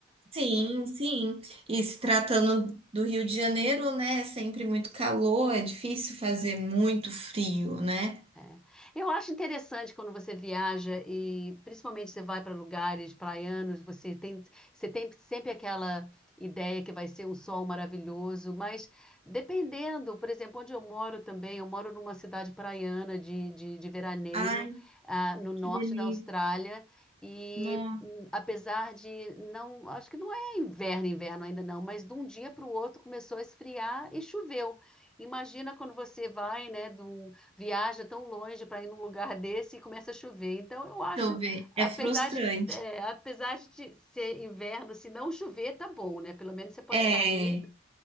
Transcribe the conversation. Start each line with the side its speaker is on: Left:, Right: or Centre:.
Right: sim, sim. E se tratando do Rio de Janeiro, né? É sempre muito calor, é difícil fazer muito frio, né?
Centre: É. Eu acho interessante quando você viaja e principalmente você vai para lugares praianos, você tem, você tem sempre aquela ideia que vai ser um sol maravilhoso, mas dependendo, por exemplo, onde eu moro também, eu moro numa cidade praiana de, de, de veraneio,
Right: Ai,
Centre: ah, no norte
Right: que delícia.
Centre: da Austrália, e
Right: Nossa,
Centre: hum, apesar de não, acho que não é inverno, inverno ainda não, mas de um dia para o outro começou a esfriar e choveu. Imagina quando você vai, né, de um viaja tão longe para ir num lugar desse e começa a chover. Então, eu acho,
Right: deixa eu ver.
Centre: apesar
Right: É frustrante.
Centre: de, é, apesar de te- ser inverno, se não chover, tá bom, né? Pelo menos você pode
Right: É.
Centre: sair.